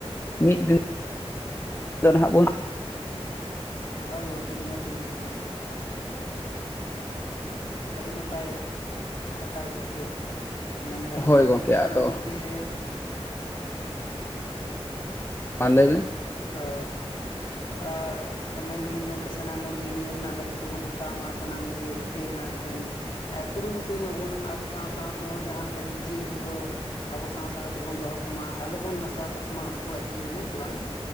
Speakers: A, on the left; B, on the left.
A: ᱢᱤᱫ ᱫᱤᱱ <inaudible> ᱱᱟᱦᱟᱜ ᱵᱚᱱ
B: ᱦᱳᱭ ᱜᱚᱢᱠᱮ ᱱᱤᱦᱟᱹᱛᱤ ᱱᱤᱦᱟᱹᱛᱤ ᱟᱹᱰᱤ ᱱᱟᱯᱟᱭ ᱠᱟᱛᱷᱟ ᱜᱚᱢᱠᱮ ᱢᱮᱱ ᱜᱟᱱᱚᱜᱼᱟ
A: ᱦᱳᱭ ᱜᱚᱝᱠᱮ ᱟᱫᱚ
B: ᱥᱟᱱᱟᱢ ᱦᱚᱲᱜᱮ
A: ᱟᱞᱮᱨᱮᱱ ᱾
B: ᱦᱳᱭ ᱟᱻᱟᱜ ᱢᱮᱱᱫᱟᱞᱤᱧ ᱜᱚᱢᱠᱮ ᱥᱟᱱᱟᱢ ᱦᱚᱲᱜᱮ ᱱᱤᱭᱟᱹ ᱨᱮᱱᱟᱜ ᱫᱟᱭᱤᱛᱛᱚ ᱵᱚᱱ ᱦᱟᱛᱟᱣ ᱢᱟ ᱥᱟᱱᱟᱢ ᱦᱚᱲᱜᱮ ᱨᱩᱠᱷᱤᱭᱟᱹ ᱨᱮᱱᱟᱜ ᱮᱱᱠᱷᱟᱱ ᱠᱩᱨᱩᱢᱩᱴᱩᱭ ᱢᱟᱵᱚᱱ ᱟᱵᱚ ᱥᱟᱶ ᱥᱟᱶᱛᱮᱦᱚᱸ ᱡᱟᱦᱟᱸ ᱞᱮᱠᱟ ᱡᱤᱵᱽᱼᱡᱤᱭᱟᱹᱞᱤ ᱠᱚ ᱦᱚᱸ ᱟᱵᱚ ᱥᱟᱶ ᱥᱟᱶ ᱛᱮᱵᱚᱱ ᱫᱚᱦᱚ ᱠᱚᱢᱟ ᱟᱞᱚᱵᱚᱱ ᱱᱟᱥᱟᱣ ᱛᱟᱠᱚ ᱢᱟ ᱩᱱᱠᱩᱣᱟᱜ ᱡᱤᱭᱚᱱ ᱦᱮᱸ ᱥᱮ ᱵᱟᱝ?